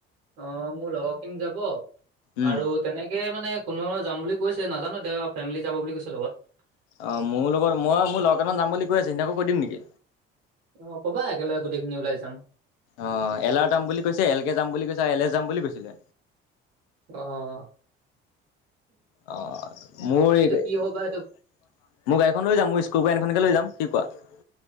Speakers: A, on the right; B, on the left.
A: অ মোৰ লগৰখিনি যাব
B: উম
A: আৰু তেনেকে মানে কোনোবা যাম বুলি কৈছে নাজানো এতিয়া ফেমিলি যাব বুলি কৈছে লগত
B: অ মোৰ লগত মই মোৰ লগৰ কেইটামান যাম বুলি কৈ আছে সিহতকো কৈ দিম নেকি
A: অ ক'বা একেলগে গোটেইখিনি ওলাই যাম
B: অ এলাৰ যাম বুলি কৈছে এলকে যাম বুলি কৈছে এলে যাম বুলি কৈছিলে
A: অহ
B: অ মোৰ এই মোৰ
A: কি হ'ব বা সেইটো
B: গাড়ীখন লৈ যাম মোৰ স্কপিয়ানখনকে লৈ যাম কি কোৱা